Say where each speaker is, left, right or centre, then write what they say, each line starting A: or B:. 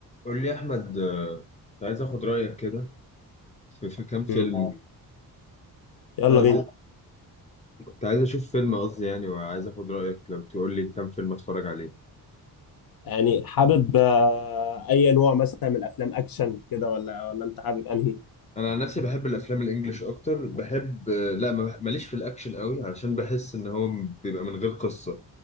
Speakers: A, on the left; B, on the left.
A: قول لي يا احمد آه، كنت عايز اخد رايك كده في في كام فيلم
B: مم.
A: اه
B: يلا
A: كنت عايز
B: بينا
A: كنت عايز اشوف فيلم قصدي يعني وعايز اخد رايك لو تقول لي كام فيلم اتفرج عليه
B: يعني حابب آه، اي نوع مثلا من افلام اكشن كده ولا ولا انت حابب انهي
A: انا عن نفسي بحب الافلام الانجليش اكتر بحب آه، لا ما- بح- ماليش في الاكشن قوي علشان بحس ان هو بيبقى من غير قصه